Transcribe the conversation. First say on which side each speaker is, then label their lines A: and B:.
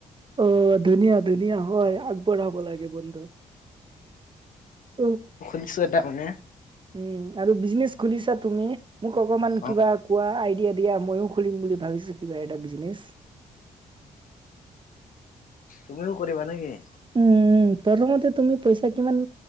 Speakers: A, on the right (about 30°); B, on the left (about 60°).
A: অ ধুনীয়া-ধুনীয়া হয়, আগবঢ়াব লাগে বন্ধু উ
B: নিশ্চয় তামানে
A: উম আৰু বিজনেছ খুলিছা তুমি মোক অকমান
B: অ
A: কিবা কোৱা আইডিয়া। এতিয়া, মইয়ো খুলিম বুলি ভাবিছো, কিবা এটা বিজনেচ।
B: তুমিও কৰিবা নেকি?
A: উম, প্ৰথমতে তুমি পইচা কিমান